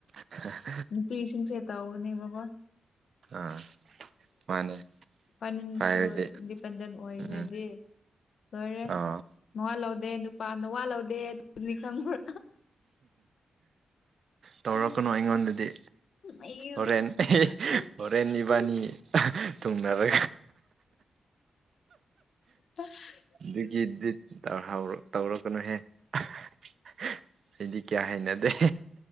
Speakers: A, on the right; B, on the left.
A: ꯍ <unintelligible>
B: ꯄꯄꯤꯔꯁꯤꯡ ꯁꯦꯇꯧꯕꯅꯦꯕꯀꯣ
A: ꯑꯥ ꯃꯥꯅꯦ
B: ꯐꯥꯏꯅꯥꯟꯁꯤꯌꯦꯜ
A: ꯍꯥꯏꯔꯗꯤ
B: ꯏꯟꯗꯤꯄꯦꯟꯗꯦꯟ ꯑꯣꯏꯈ꯭ꯔꯗꯤ
A: ꯎꯝ
B: ꯂꯣꯏꯔꯦ
A: ꯑꯥ
B: ꯃꯋꯥ ꯂꯧꯗꯦ ꯅꯨꯄꯥ ꯅꯋꯥꯠꯃ ꯂꯧꯗꯦ ꯑꯗꯨꯅꯤ ꯈꯪꯕ꯭ꯔꯥ
A: ꯇꯧꯔꯛꯀꯅꯨ
B: ꯎꯝ
A: ꯑꯩꯉꯣꯟꯗꯗꯤ
B: ꯑꯩ
A: ꯍꯣꯔꯦꯟ
B: ꯎꯝ
A: ꯍꯣꯔꯦꯟ
B: ꯏꯁ
A: ꯏꯕꯥꯅꯤ ꯊꯨꯡꯅꯔ
B: <unintelligible>
A: ꯑꯗꯨꯒꯤꯗꯤ ꯇꯧꯔꯛꯀꯅꯨꯍꯦ ꯑꯩꯗꯤ ꯀꯌꯥ ꯍꯩꯅꯗꯦ